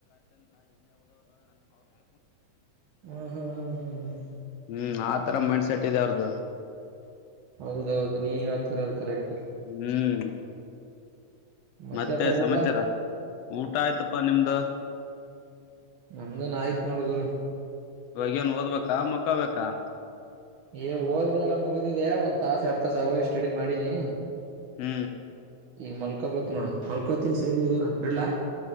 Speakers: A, on the right; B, on the left.
A: ಹ್ಮ್ ಹ್ಮ್ ಹ್ಮ್ ಹ್ಮ್ ಹ್ಮ್
B: ಹ್ಮ್ ಆ ರ ಮೈಂಡ್ ಸೆಟ್ ಇದೆ ಅವ್ರ್ದು
A: ಹೌದೌದು ನೀ ಹೇಳ್ತಿರೋದ್ ಕರೆಕ್ಟ್
B: ಹ್ಮ್
A: ಮತ್ತೆಪ್ಪ
B: ಮತ್ತೆ ಸಮಾಚಾರ
A: ಊಟ
B: ಊಟ ಆಯ್ತಪ್ಪಾ ನಿಮ್ದ
A: ನಮ್ದುನ್ ಆಯ್ತ್ ನೋಡ್ ಗುರು
B: ಇವಾಗೆನ್ ಓದ್ಬೇಕಾ ಮಕ್ಕಳ್ಬೇಕಾ
A: ಏ ಓದದೆಲ್ಲ ಮುಗ್ದಿದೆ ಒಂ ತಾಸ ಎಡ್ ತಾಸ ಆಗೋ ಹೇ ಸ್ಟಡಿ ಮಾಡೀನಿ
B: ಹ್ಮ್
A: ಈಗ ಮಲ್ಕೋಬೇಕಕ್ ನೋಡು ಮಲ್ಕೋತಿನ್ ಸರಿ ಗುರು ಇಡ್ಲಾ